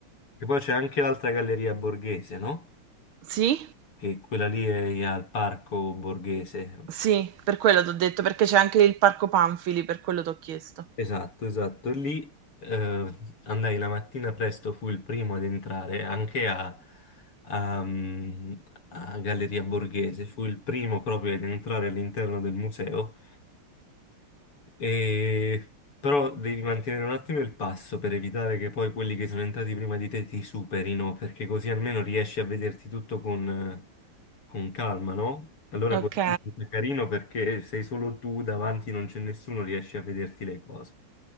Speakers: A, on the left; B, on the right.
A: E poi c'è anche l'altra Galleria Borghese, no?
B: sì,
A: Che quella lì è al Parco Borghese,
B: sì, per quello ti ho detto, perché c'è anche il parco Panfili, per quello ti ho chiesto.
A: Esatto, esatto. E Lì eh, andai la mattina presto, fui il primo ad entrare anche a, a, mm, a Galleria Borghese, fui il primo proprio ad entrare all'interno del museo e- Però devi mantenere un attimo il passo per evitare che poi quelli che sono entrati prima di te ti superino, perché così almeno riesci a vederti tutto con, con calma, no? Allora
B: Ok,
A: così è carino perché sei solo tu, davanti non c'è nessuno, riesci a vederti le cose.